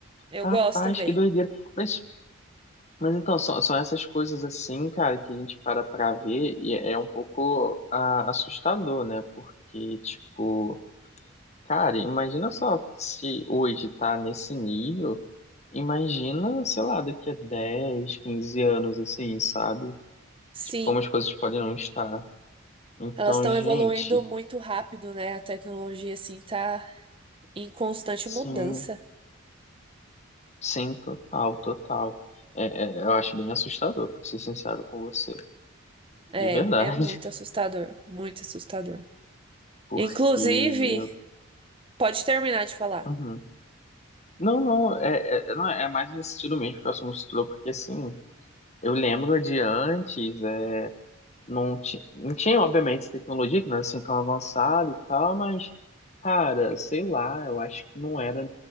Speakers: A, on the right; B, on the left.
A: Eu
B: Rapaz,
A: gosto também.
B: que doideira. mas Mas então, são, são essas coisas assim, cara, que a gente para pra ver e é é um pouco ah, assustador, né? Porque, tipo, cara, imagina só se hoje tá nesse nível, imagina, sei lá, daqui a 10, 15 anos, assim, sabe?
A: Sim.
B: Tipo, como as coisas podem não estar. Então,
A: Elas estão
B: gente,
A: evoluindo muito rápido, né? A tecnologia, assim, tá em constante
B: sim,
A: mudança.
B: sim, total, total. É, é, eu acho bem assustador, pra ser sincero com você,
A: É,
B: de verdade,
A: é muito assustador, muito assustador.
B: <laughs> porque.
A: Inclusive, pode terminar de falar.
B: uhum. Não, não, é, é, não, é mais nesse estilo mesmo que o assunto estudou, porque assim, eu lembro de antes, é, não, ti, não tinha, obviamente, essa tecnologia que não era assim tão avançada e tal, mas, cara, sei lá, eu acho que não era.